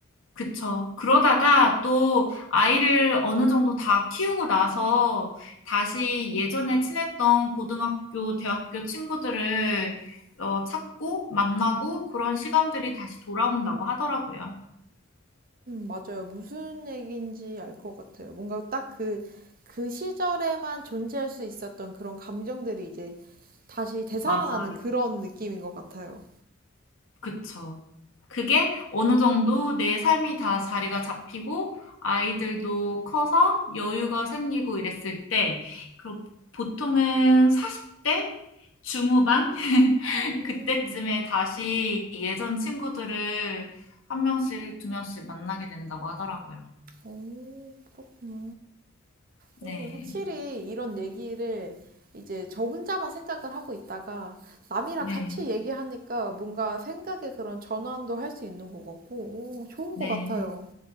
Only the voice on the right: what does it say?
음, 맞아요. 무슨 얘기인지 알 것 같아요. 뭔가 딱 그, 그 시절에만 존재할 수 있었던 그런 감정들이 이제 다시 되살아나는
그런 느낌인 것 같아요.
음.
오, 그렇구나.
오, 확실히 이런 얘기를 이제 저 혼자만 생각을 하고 있다가 남이랑
같이 얘기하니까 뭔가 생각의 그런 전환도 할 수 있는 것 같고, 오, 좋은
것 같아요.